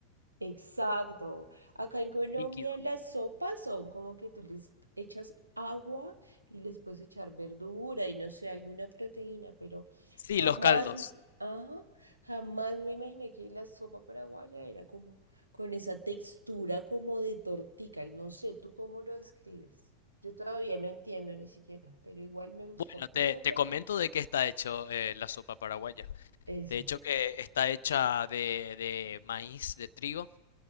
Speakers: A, on the right; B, on the left.
A: Exacto. Acá en Colombia
B: Líquido.
A: las sopas son como que tú les echas agua y les puedes echar verdura y no sé, alguna proteína, pero
B: Sí,
A: jamás,
B: los caldos.
A: m- ajá, jamás me imaginé que la sopa paraguaya era como con esa textura como de tortica. No sé, ¿tú cómo lo describes? Yo todavía no entiendo ni siquiera, pero igual me gustó.
B: Bueno, te,
A: <laughs>
B: te comento de qué está hecho eh, la sopa paraguaya.
A: Eso.
B: De hecho, que está hecha de, de maíz, de trigo.